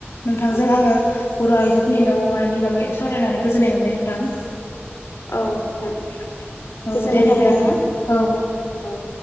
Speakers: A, on the left (about 85°); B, on the left (about 65°).
A: नोंथांजों
B: औ
A: आङो बर' आइजोफोरनि दाउ, अमानि बागै सावरायनानै गोजोननाय मोनबाय नोंथां।
B: औ नोंथां
A: औ
B: गोजोननाय
A: दे बिदिब्ला
B: थाबाय नोंथां
A: औ।
B: औ ।